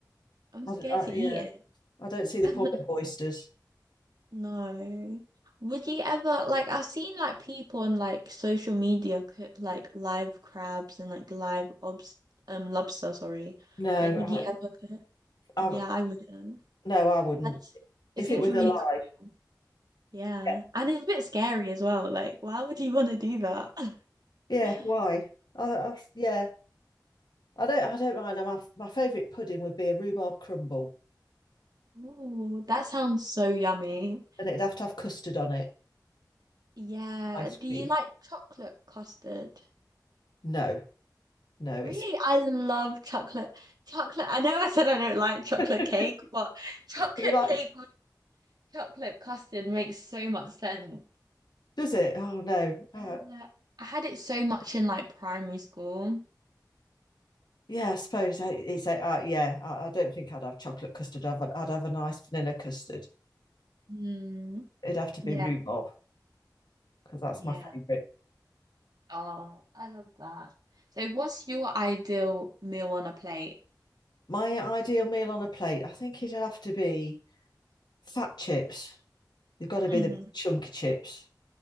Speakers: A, on the right; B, on the left.
A: I'm
B: I
A: scared
B: d- I-
A: to eat
B: yeah, I don't see the
A: it.
B: point of oysters.
A: <laughs> No. Would you ever like I've seen like people on like social media cook like live crabs and like live obs um lobster, sorry.
B: No,
A: Like would
B: I,
A: you ever cook? Yeah,
B: I,
A: I wouldn't.
B: no, I wouldn't.
A: That's it
B: If
A: seems
B: it was
A: really
B: alive,
A: cool. Yeah.
B: yeah,
A: And it's a bit scary as well. Like, why would you want to do that? <laughs>
B: Yeah, why? I, I, yeah, I don't, I don't mind. My my favourite pudding would be a rhubarb crumble,
A: Oh, that sounds so yummy.
B: and it'd have to have custard on it.
A: Yeah.
B: Ice
A: Do
B: cream.
A: you like chocolate custard?
B: No, no,
A: Really?
B: it's.
A: I love chocolate. Chocolate. I know I said I don't like chocolate
B: <laughs>
A: cake, but chocolate
B: You like,
A: cake with chocolate custard makes so much sense.
B: does it? Oh no, oh,
A: Yeah. I had it so much in like primary school.
B: Yeah, I suppose I- it's a, uh, yeah. I, I don't think I'd have chocolate custard. I'd, I'd have a nice vanilla custard.
A: Mm,
B: It'd have to be
A: yeah.
B: rhubarb because that's
A: Yeah.
B: my favourite.
A: Oh, I love that. So what's your ideal meal on a plate?
B: My ideal meal on a plate, I think it'd have to be fat chips. They've got to
A: Mm,
B: be the big chunky chips